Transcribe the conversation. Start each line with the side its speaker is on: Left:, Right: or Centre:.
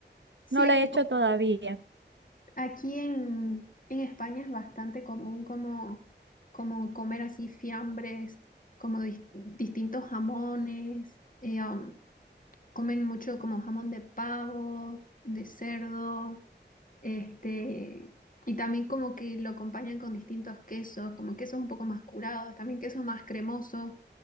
Left: Sí,
Right: No
Left: es
Right: lo he
Left: que
Right: hecho todavía.
Left: Aquí en, en España es bastante común como, como comer así fiambres, como dis- distintos jamones, eh, um, comen mucho como jamón de pavo, de cerdo, este, y también como que lo acompañan con distintos quesos, como quesos un poco más curados, también quesos más cremosos.